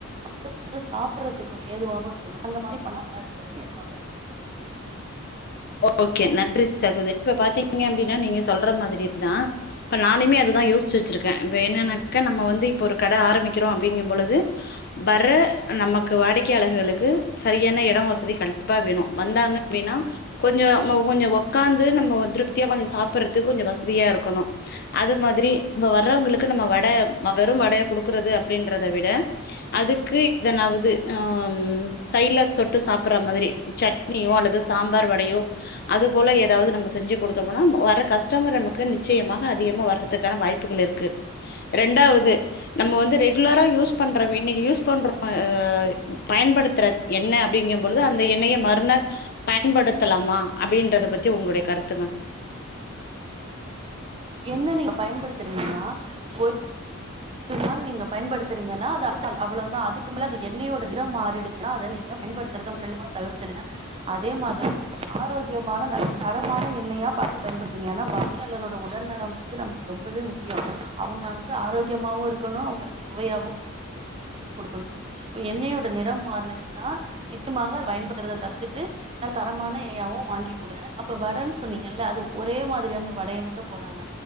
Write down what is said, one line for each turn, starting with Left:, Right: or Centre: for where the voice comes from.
Right: மக்கள் வந்து சாப்பிடறதுக்கு ஒரு ஏதுவாவு இருக்கணு அந்த மாரி பண்ணா <inaudible> என்னோட கருத்து
Left: ஓகே நன்றி சகோதரி இப்ப பாத்தீங்க அப்டின்னா நீங்க சொல்ற மாதிரிதா இப்ப நானுமே அதுதா யோசிச்சு வச்சிருக்கே இப்ப என்னன்னாக்க நம்ம வந்து இப்ப ஒரு கட ஆரம்பிக்கிறோ அப்டிங்கும்பொழுது வர்ற நமக்கு வாடிக்கையாளர்களுக்கு சரியான எடோ வசதி கண்டிப்பா வேணு வந்தாங்க அப்டினா கொஞ்ச ம கொஞ்ச ஒக்காந்து நம்ம திருப்தியா கொஞ்ச சாப்பிட்றதுக்கு கொஞ்ச வசதியா இருக்கணு அது மாதிரி இப்ப வர்றவங்களுக்கு நம்ம வட வெறும் வடைய குடுக்குறது அப்டின்றத விட அதுக்கு எதனாவது ஆ சைட்ல தொட்டு சாப்புற மாதிரி சட்னியோ அல்லது சாம் பார் வடையோ அது போல ஏதாவது நம்ம செஞ்சு கொடுத்தோமுனா வர கஸ்டமர் நமக்கு நிச்சயமாக அதிகமா வர்றதுக்கான வாய்ப் புகள் இருக்கு ரெண்டாவது நம்ம வந்து ரெகுலரா யூஸ் பண்ற இன்னைக்கு யூஸ் பண்ற ஆ பயன்படுத்துற எண்ண அப்டிங்கும் பொழுது அந்த எண்ணய மறுநாள் பயன்படுத்தலாமா அப்டின்றத பத்தி உங்களுடைய கருத்து மேம்
Right: எண்ண நீங்க பயன்படுத்துறீங்கன்னா ஒரு த நாள் நீங்க பயன்படுத்துறீங்கன்னா அத அடுத்த நாள் அவ்வளதா அதுக்கு மேல அது எண்ணெயோட நிறம் மாறிடிச்சன அத நீங்க பயன்படுத்துறத முற்றிலுமா தவிர்த்துடுங்க அதே மாதிரி ஆரோக்கியமான நல்ல தரமான எண்ணெயா பாத்து பயன்படுத்துனீங்கன்னா வாடி க்கையாளரோட உடல் நலங்கிறது நமக்கு ரொம்பவே முக்கியோ அவங்க வந்து ஆரோக்கியமாவு இருக் கணு அவங்களுக்கு சுவையாவு கொடுக்கணு எண்ணையோட நெறோ மாறினிச்சுன்னா நிச்சமாக பயன்படுத்துறத தடுத்துட்டு நல்ல தரமான எண்ணையாவு வாங்கி குடுங்க அப்ப வடன்னு சொன்னீங்கல்ல அது ஒரே மாதிரியான வடைய மட்டும் போடாம